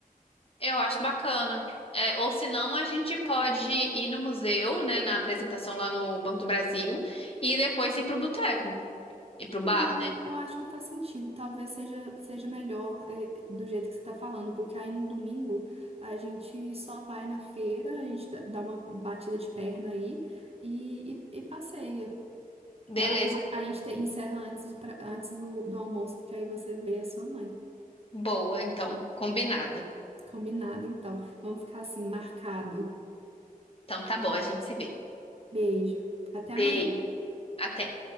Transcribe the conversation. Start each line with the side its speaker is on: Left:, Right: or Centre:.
Left: eu acho bacana. É, ou senão a gente pode ir no museu, né, na apresentação lá no Banco do Brasil, e depois ir pro boteco, ir pro bar,
Right: É,
Left: né?
Right: eu acho que faz sentido. Talvez seja, seja melhor, eh, do jeito que você está falando, porque aí no domingo a gente só vai na feira, a gente dá dá uma batida de perna aí e, e, e passeia.
Left: Beleza,
Right: Pra-
Left: então.
Right: A gente te- encerra antes, de- pra- antes do, do almoço, porque aí você vê a sua mãe.
Left: Boa, então, combinado.
Right: Combinado, então. Vamos ficar assim, marcado.
Left: Então tá bom, a gente se vê.
Right: Beijo. Até amanhã.
Left: Beijo, até.